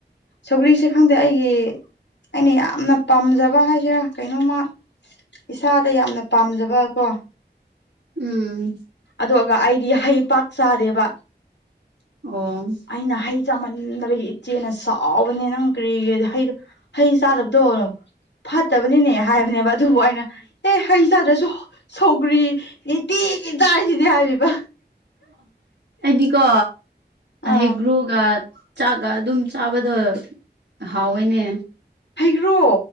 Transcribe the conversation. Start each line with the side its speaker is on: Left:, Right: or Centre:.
Left: ꯁꯧꯒ꯭ꯔꯤꯁꯦ ꯈꯪꯗꯦ ꯑꯩꯒꯤ ꯑꯩꯅ ꯌꯥꯝꯅ ꯄꯥꯝꯖꯕ ꯍꯥꯏꯁꯤꯔꯥ ꯀꯩꯅꯣꯝꯃ ꯏꯁꯥꯗ ꯌꯥꯝꯅ ꯄꯥꯝꯖꯕ ꯀꯣ
Right: ꯎꯝ
Left: ꯑꯗꯨꯒ ꯑꯩꯗꯤ ꯍꯩ ꯄꯥꯛ ꯆꯥꯗꯦꯕ
Right: ꯑꯣ
Left: ꯑꯩꯅ ꯍꯩ ꯆꯥꯝꯃꯟꯗꯕꯒꯤ ꯏꯆꯦꯅ ꯁꯥꯎꯕꯅꯦ ꯅꯪ ꯀ꯭ꯔꯤꯒꯗꯤ ꯍꯩꯗꯣ ꯍꯩ ꯆꯥꯗꯕꯗꯣ ꯐꯠꯇꯕꯅꯤꯅꯦ ꯍꯥꯏꯕꯅꯦꯕ ꯑꯠ ꯑꯗꯨꯕꯨ ꯑꯩꯅ ꯑꯦ ꯍꯩ ꯆꯥꯗ꯭ꯔꯁꯨ ꯁꯧꯒ꯭ꯔꯤ ꯅꯤꯇꯤꯒꯤ ꯆꯥꯏꯁꯤꯗꯤ ꯍꯥꯏꯔꯤꯕꯥ
Right: ꯑꯩꯗꯤꯀꯣ
Left: ꯑꯥ
Right: ꯍꯩꯒ꯭ꯔꯨꯒ ꯆꯥꯛꯀ ꯑꯗꯨꯝ ꯆꯥꯕꯗꯣ ꯍꯥꯎꯋꯤꯅꯦ
Left: ꯍꯩꯒ꯭ꯔꯨ